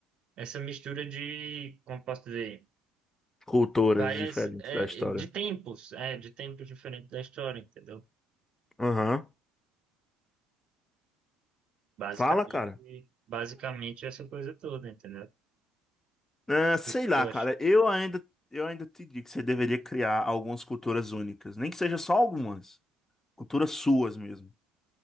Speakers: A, on the right; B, on the left.
A: Essa mistura de, como posso dizer
B: Culturas
A: várias
B: diferentes
A: é,
B: da história.
A: de tempos, é, de tempos diferentes da história, entendeu?
B: Aham.
A: Basicamente,
B: Fala, cara.
A: basicamente essa coisa toda, entendeu? O
B: É, sei
A: que que
B: lá,
A: tu
B: cara.
A: acha?
B: Eu ainda, eu ainda te digo que você deveria criar algumas culturas únicas. Nem que seja só algumas. Culturas suas mesmo.